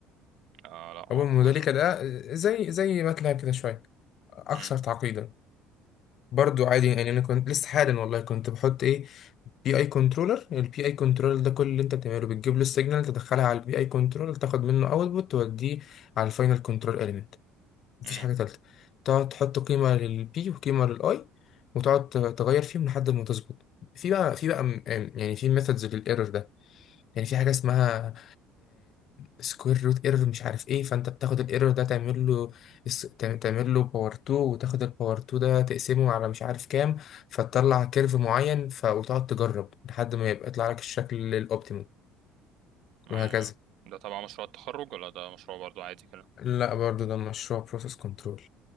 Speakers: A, on the right; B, on the left.
A: آه لا
B: اوبن
A: معرفوش
B: موديليكا
A: ده
B: ده زي زي ماتلاب كده شويه اكثر
A: مم.
B: تعقيدا برضو عادي يعني انا كنت لسه حالا والله كنت بحط ايه بي اي كنترولر البي اي كنترولر ده كل اللي انت بتعمله بتجيب له السيجنال تدخلها على البي اي كنترولر تاخد منه اوتبوت توديه على الفاينل كنترول اليمنت مفيش
A: مم.
B: حاجه ثالثه تقعد تحط قيمه للبي وقيمه للاي وتقعد تغير فيهم لحد ما تظبط في بقى في بقى م- يعني في ميثودز للايرور ده يعني في حاجه اسمها سكوير روت ايرور مش عارف ايه فانت بتاخد الايرور ده تعمل له اس- تعم- تعمل له باور 2 وتاخد الباور 2 ده تقسمه على مش عارف كام فتطلع كيرف معين ف... وتقعد تجرب لحد ما يبقى يطلع لك الشكل الاوبتيمال
A: أيوه
B: وهكذا
A: ده تبع مشروع التخرج ولا ده مشروع برضو عادي كده
B: لا برضو ده مشروع بروسيس كنترول